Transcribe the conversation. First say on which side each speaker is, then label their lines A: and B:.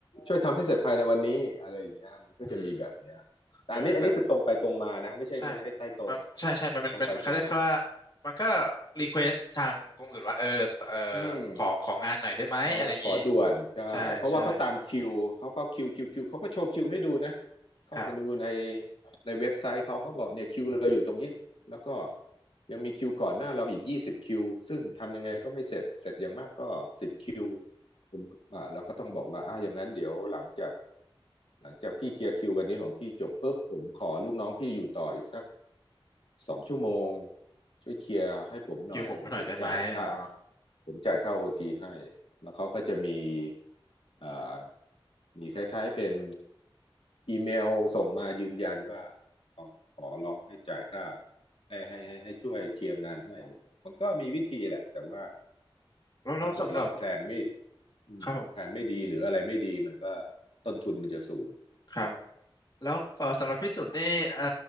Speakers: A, on the left (about 75°); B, on the left (about 45°).
A: ช่วยทำให้เสร็จภายในวันนี้อะไรอย่างเงี้ยมันก็จะมีแบบเนี้ยแต่อันนี้อันนี้คือตรงไปตรงมานะไม่ใช่ไม่ใช่ใต้โต๊ะนะ
B: อืมเออได้ใช่มันใช่ใช่มันเป็นเป็นเขาเรียกว่า
A: ตรงไปตรงมา
B: มันก็รีเควสทางกงสุลว่าเออเออ
A: อืม
B: ขอของานหน่อยได้ไหมอะไรอย่างนี้
A: เราขอด่วนใช่เพราะว่าเขาตามคิวเขาก็คิวคิวคิวเขาก็โชว์คิวให้ดูนะ
B: ใช่ใช่
A: เข้าไปดูใน
B: ครับ
A: ในเว็บไซต์เขาเขาบอกเนี่ยคิวเราอยู่ตรงนี้แล้วก็ยังมีคิวก่อนหน้าเราอีกยี่สิบคิวซึ่งทำยังไงก็ไม่เสร็จเสร็จอย่างมากก็สิบคิวผมอ่าเราก็ต้องบอกว่าอ่าอย่างนั้นเดี๋ยวหลังจากหลังจากพี่เคลียร์คิววันนี้ของพี่จบปุ๊บผมขอลูกน้องพี่อยู่ต่ออีกสัก สองชั่วโมงช่วยเคลียร์ให้ผมหน่อยเดี๋ยวผมจ่ายค่า
B: คิวผมให้หน่อยได้ไหมอ๋อ
A: ผมจ่ายค่าโอทีให้แล้วเขาก็จะมี
B: อืม
A: อ่ามีคล้ายๆเป็นอีเมลส่งมายืนยันว่าขอขอลองให้จ่ายค่าให้ให้ให้ให้ช่วยเคลียร์งานให้มันก็มีวิธีแหละแต่ว่า
B: แล้วแล้วสำหรับ
A: ถ้าเกิดเราแพลนไม่อืมแผนไม่ดีหรืออะไรไม่ดีมันก็
B: ครับผม
A: ต้นทุนมันจะสูง
B: ครับผมแล้วเอ่อสำหรับพี่สุดนี่เอ่อ